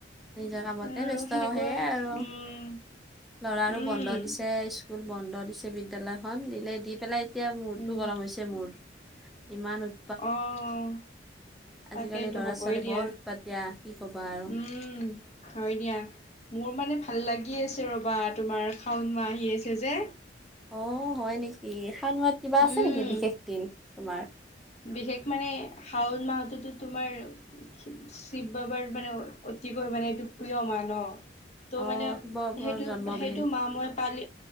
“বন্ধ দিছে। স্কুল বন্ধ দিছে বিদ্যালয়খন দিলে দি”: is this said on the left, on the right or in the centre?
Centre